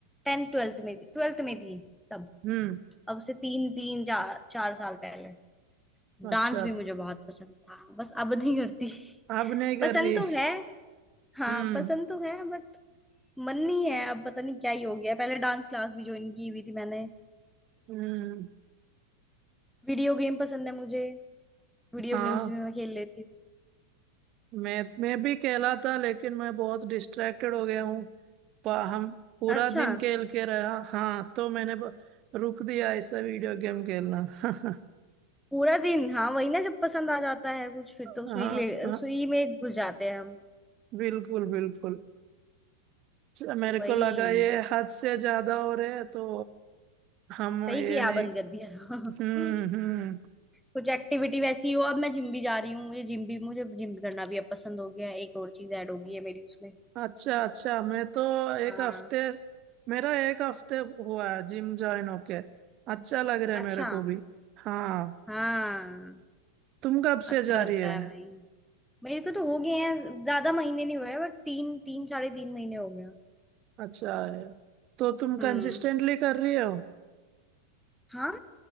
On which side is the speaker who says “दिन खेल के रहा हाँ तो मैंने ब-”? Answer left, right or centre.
Right